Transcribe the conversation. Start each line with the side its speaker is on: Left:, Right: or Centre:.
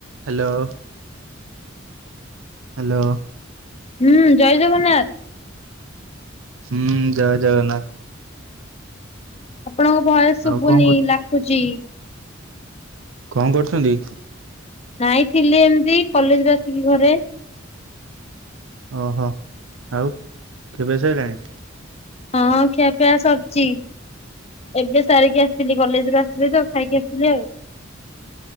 Right: Hello. Hello.
Left: ହୁଁ ଜୟ ଜଗନ୍ନାଥ।
Right: ହୁଁ ଜୟ ଜଗନ୍ନାଥ।
Left: ଆପଣଙ୍କ ଭଏସ୍‌ ଶୁଭୁନି
Right: ଆଉ କଣ କରୁ
Left: ଲାଖୁଛି।
Right: କଣ କରୁଛନ୍ତି?
Left: ନାଇଁ ଥିଲି ଏମିତି କଲେଜରୁ ଆସିକି ଘରେ।
Right: ଓହୋ ଆଉ ଖିଆପିଆ ସଇଲାଣି?
Left: ହଁ ଖିଆପିଆ ସରିଚି। ଏବେ ସାରିକି ଆସିଲି କଲେଜରୁ ଆସି ଆସିଲି ତ ଖାଇକି ଆସିଲି ଆଉ।